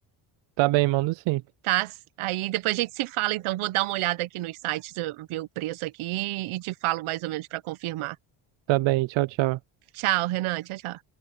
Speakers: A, on the right; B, on the right.
A: Tá bem, mando sim.
B: tá? Aí depois a gente se fala, então vou dar uma olhada aqui nos sites, eu ver o preço aqui e te falo mais ou menos para confirmar.
A: Tá bem, tchau, tchau.
B: Tchau, Renan, tchau, tchau.